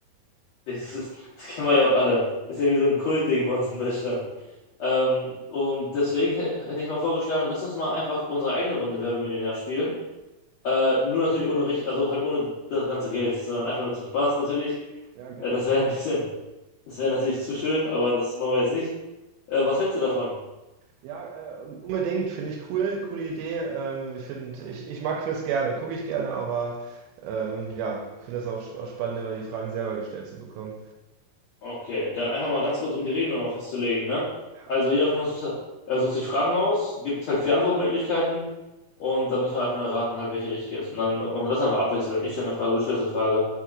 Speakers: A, on the left (about 80°); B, on the right (about 80°).
A: Das ist, das kennen wir ja auch alle. Ist ja wie so ein Kultding bei uns in Deutschland. Ähm, und deswegen h- hätte ich mal vorgeschlagen, lass uns mal einfach unsere eigene Runde Wer wird Millionär spielen. Äh, nur natürlich ohne richtig, also halt ohne das ganze Geld, sondern einfach nur zum Spaß natürlich.
B: Ja, gerne.
A: Äh, das wäre ein bisschen, das wäre natürlich zu schön, aber das machen wir jetzt nicht. Äh, was hältst du davon?
B: Ja, äh, unbedingt, finde ich cool, coole Idee. Ähm, find, ich, ich mag Quiz gerne, gucke ich gerne, aber ähm, ja, finde das auch, auch spannend, immer die Fragen selber gestellt zu bekommen.
A: Okay, dann einfach mal ganz kurz, um die Regeln nochmal festzulegen, ne?
B: Ja.
A: Also jeder von uns äh, sucht sich Fragen aus, gibt halt vier Antwortmöglichkeiten und dann müssen wir einfach nur erraten, halt, welche richtig ist. Und dann und das einfach abwechseln. Ich stelle eine Frage, du stellst eine Frage